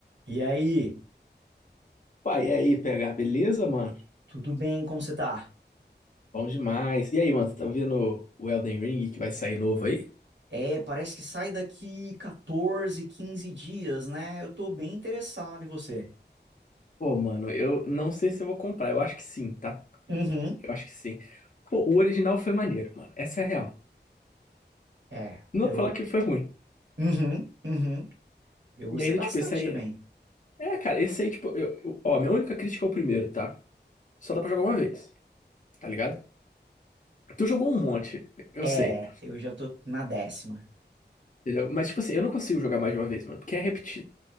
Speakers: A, on the right; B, on the left.
A: E aí,
B: Pai, e aí, PH, beleza, mano?
A: tudo bem? Como você tá?
B: Bom demais. E aí, mano, tá vendo o Elden Ring que vai sair novo aí?
A: É, parece que sai daqui 14, 15 dias, né? Eu tô bem interessado em você.
B: Pô, mano, eu não sei se eu vou comprar. Eu acho que sim, tá?
A: Uhum.
B: Eu acho que sim. Pô, o original foi maneiro, mano. Essa é a real.
A: É,
B: Não
A: eu.
B: dá pra falar que foi ruim.
A: Uhum, uhum. Eu
B: E
A: gostei
B: aí, do
A: bastante
B: tipo, esse aí.
A: também.
B: É, cara, esse aí, tipo, eu, eu- ó, minha única crítica é o primeiro, tá? Só dá pra jogar uma vez, tá ligado? Tu jogou um monte, eu
A: É,
B: sei,
A: eu já tô na décima.
B: entendeu? Mas, tipo assim, eu não consigo jogar mais de uma vez, mano, porque é repetido.